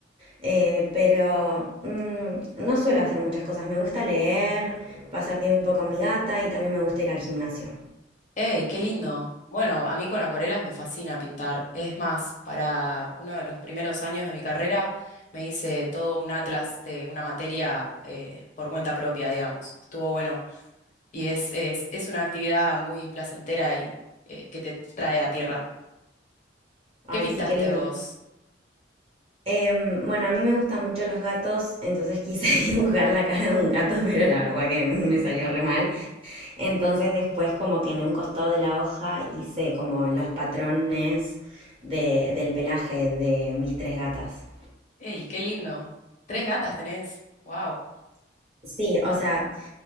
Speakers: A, on the right; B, on the left.
A: Eh, pero mm, no suelo hacer muchas cosas, me gusta leer, pasar tiempo con mi gata y también me gusta ir al gimnasio.
B: ¡Ey, qué lindo! Bueno, a mí con acuarelas me fascina pintar. Es más, para uno de los primeros años de mi carrera me hice todo un atlas de una materia eh, por cuenta propia, digamos. Estuvo bueno. Y es, es, es una actividad muy placentera y eh, que te trae a tierra.
A: Ay,
B: ¿Qué pintaste
A: sí, qué lindo
B: vos?
A: Em, bueno, a mí me gustan mucho los gatos, entonces quise <laughs> dibujar la cara de un gato, pero la verdad que me salió re mal. Entonces después como que en un costado de la hoja hice como los patrones de- del pelaje de mis tres gatas.
B: ¡Ey, qué lindo! ¿Tres gatas tenés? ¡Wow!
A: Sí, o sea,